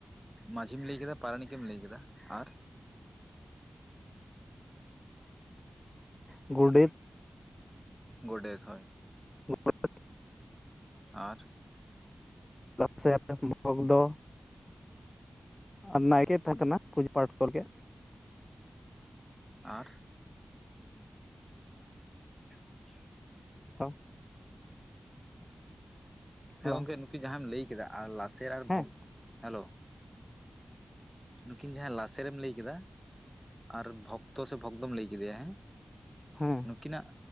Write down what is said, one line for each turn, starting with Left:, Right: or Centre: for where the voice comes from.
Centre: ᱢᱟᱹᱡᱷᱤᱢ ᱞᱟᱹᱭ ᱠᱮᱫᱟ ᱯᱟᱨᱟᱱᱤᱠ ᱮᱢ ᱞᱟᱹᱭ ᱠᱮᱫᱟ ᱟᱨ
Left: ᱜᱩᱰᱮᱛ
Centre: ᱜᱚᱰᱮᱛ ᱦᱚᱭ
Left: <unintelligible> ᱢ
Centre: ᱟᱨ
Left: <unintelligible> ᱞᱥᱮᱨ ᱵᱷᱚᱜ ᱫᱚ ᱟᱨ ᱱᱟᱭᱠᱮᱭ ᱛᱟᱦᱮᱸ ᱠᱟᱱᱟ ᱯᱩᱡᱟᱹ ᱯᱟᱴ ᱠᱚᱨᱜᱮ
Centre: ᱟᱨ ᱟᱪᱪᱷᱟ <inaudible>
Left: <unintelligible> ᱦᱮ
Centre: ᱦᱮᱸ
Left: ᱦᱮᱞᱳ
Centre: ᱜᱚᱝᱠᱮ ᱱᱩᱠᱤ ᱡᱟᱦᱟᱸᱢ ᱞᱟᱹᱭ ᱠᱮᱫᱟ ᱟᱨ ᱞᱟᱥᱮᱨ ᱟᱨ
Left: ᱦᱮᱸ
Centre: ᱵᱷᱚᱜᱽ ᱦᱮᱞᱳ ᱱᱩᱠᱤᱱ ᱡᱟᱦᱟᱸ ᱞᱟᱥᱨᱮᱢ ᱞᱟᱹᱭ ᱠᱮᱫᱟ ᱟᱨ ᱵᱷᱚᱠᱛᱚ ᱥᱮ ᱵᱷᱚᱠᱫᱚᱢ ᱞᱟᱹᱭ ᱠᱮᱫᱮᱭᱟ ᱦᱮᱸ
Left: ᱦᱮᱸ
Centre: ᱱᱩᱠᱤᱱᱟᱜ